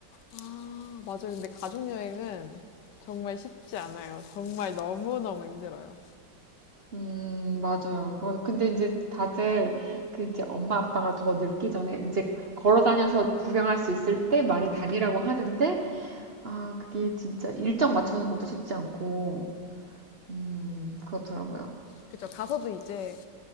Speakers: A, on the left (about 75°); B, on the right (about 40°).
A: 아, 맞아요. 근데 가족여행은 정말 쉽지 않아요. 정말 너무너무 힘들어요.
B: 음 맞아요. 어, 근데 이제 다들 그 이제 엄마 아빠가 더 늙기 전에 이제 걸어 다녀서 구경할 수 있을 때 많이 다니라고 하는데 아 그게 진짜 일정 맞추는 것도 쉽지 않고. 음, 그렇더라고요.
A: 그쵸, 가서도 이제